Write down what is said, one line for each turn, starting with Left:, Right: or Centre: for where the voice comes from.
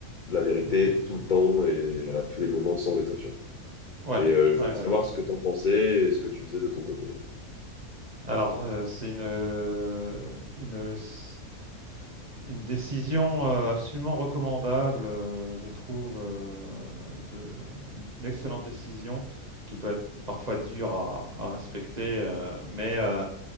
Left: la vérité
Right: Mmh mh, mmh
Left: tout le temps et à tous les moments sans exception.
Right: Ouais,
Left: Et euh, je
Right: ouais,
Left: voulais
Right: ouais.
Left: savoir ce que t'en pensais et ce que tu faisais de ton côté.
Right: Alors, heu, c'est une, heu, une, s une décision, heu, absolument recommandable, heu, je trouve, heu, de une une excellente décision qui doit être parfois dure à à respecter, heu, mais, heu,